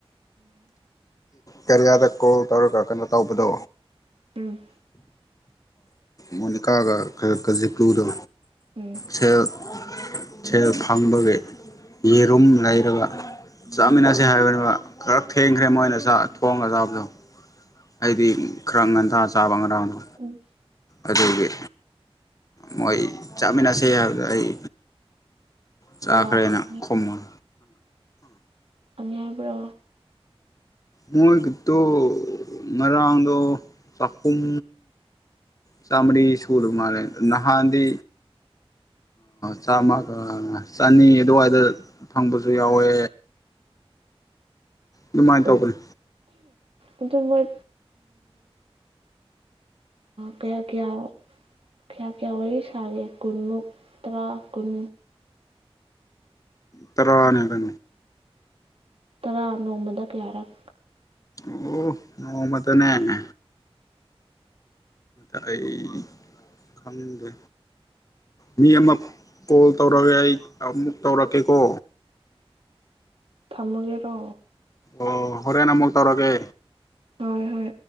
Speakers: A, on the right; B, on the left.
A: ꯎꯝ
B: ꯀꯔꯤꯌꯥꯗ ꯀꯣꯜ ꯇꯧꯔꯒ ꯀꯩꯅꯣ ꯇꯧꯕꯗ
A: ꯎꯝ
B: ꯃꯣꯅꯤꯀꯥꯒ ꯈꯀ ꯖꯤꯀꯨꯗ
A: ꯎꯝ
B: ꯁꯦꯜ ꯁꯦꯜ ꯐꯪꯕꯒꯤ ꯌꯦꯔꯨꯝ ꯂꯩꯔꯒ ꯆꯥꯃꯤꯟꯅꯁꯦ ꯍꯥꯏꯕꯅꯤꯕ ꯈꯔ ꯊꯦꯡꯈ꯭ꯔꯦ ꯃꯣꯏꯅ ꯊꯣꯡ ꯉꯁꯕꯗꯣ ꯑꯩꯗꯤ ꯈꯔ ꯉꯟꯊ ꯆꯥꯕ ꯉꯔꯥꯡꯅꯣ
A: ꯎꯝ
B: ꯑꯗꯨꯒꯤ ꯃꯣꯏ ꯆꯞꯃꯤꯟꯅꯁꯦ ꯑꯩ ꯆꯥꯛꯈꯔꯅ
A: ꯀꯌꯥ ꯐꯪꯉꯦ
B: ꯈꯃꯜ
A: ꯑꯗꯨ ꯍꯥꯏꯕ꯭ꯔꯣ
B: ꯃꯣꯏꯒꯤꯗꯣ ꯉꯔꯥꯡꯗꯣ ꯆꯍꯨꯝ ꯆꯥꯝꯃꯔꯤ ꯁꯨꯗ ꯃꯥꯜꯂꯦ ꯅꯍꯥꯟꯗꯤ ꯆꯥꯝꯃꯒ ꯆꯅꯤ ꯑꯗꯨꯋꯥꯏꯗ ꯐꯪꯕꯁꯨ ꯌꯥꯎꯋꯦ ꯑꯗꯨꯃꯥꯏꯅ
A: ꯎꯝ
B: ꯇꯧꯕꯅꯤ
A: ꯑꯗꯨ ꯃꯣꯏ ꯀꯌꯥ ꯀꯌꯥ ꯀꯌꯥ ꯀꯌꯥ ꯋꯥꯔꯤ ꯁꯥꯒꯦ ꯀꯨꯟꯃꯨꯛ ꯇꯔꯥ ꯀꯨꯟ
B: ꯇꯔꯥꯅꯦ ꯀ
A: ꯇꯔꯥ ꯅꯣꯡꯃꯗ ꯀꯌꯥꯔꯛ
B: ꯑꯣ ꯅꯣꯡꯃꯗꯅꯦꯦ ꯑꯩ ꯈꯪꯗꯦ ꯃꯤ ꯑꯃ ꯀꯣꯜ ꯇꯧꯔꯒꯦ ꯑꯩ ꯑꯃꯨꯛ ꯇꯧꯔꯛꯀꯦꯀꯣ
A: ꯊꯝꯃꯒꯦꯔꯣ
B: ꯑꯣ ꯍꯣꯔꯦꯟꯦꯟ ꯑꯃꯨꯛ ꯇꯧꯔꯒꯦ
A: ꯍꯣꯏ ꯍꯣꯏ